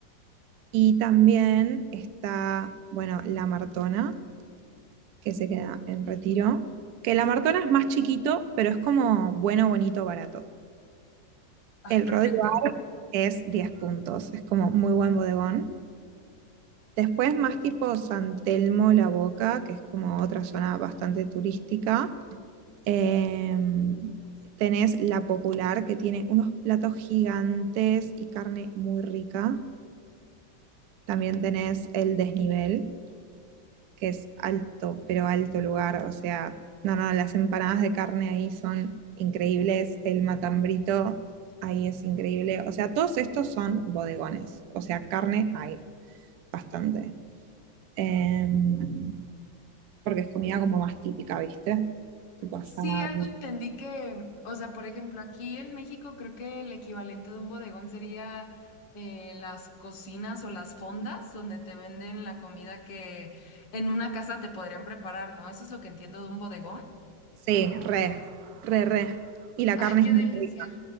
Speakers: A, on the right; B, on the left.
A: y también está, bueno, La Martona, que se queda en Retiro, que La Martona es más chiquito, pero es como bueno, bonito, barato.
B: Ah,
A: El
B: perfecto.
A: Rodiva es 10 puntos, es como muy buen bodegón. Después más tipo San Telmo, La Boca, que es como otra zona bastante turística. Eh, tenés La Popular, que tiene unos platos gigantes y carne muy rica. También tenés el desnivel, que es alto, pero alto lugar. O sea, no, no, las empanadas de carne ahí son increíbles. El matambrito ahí es increíble. O sea, todos estos son bodegones. O sea, carne hay bastante. Em, porque es comida como más típica, ¿viste? Tipo asado.
B: Sí, algo entendí que, o sea, por ejemplo, aquí en México creo que el equivalente de un bodegón sería eh, las cocinas o las fondas donde te venden la comida que en una casa te podrían preparar, ¿no? Eso es lo que entiendo de un bodegón.
A: Sí, re, re, re. Y la
B: ¡Ay,
A: carne
B: qué
A: es muy
B: delicia!
A: rica.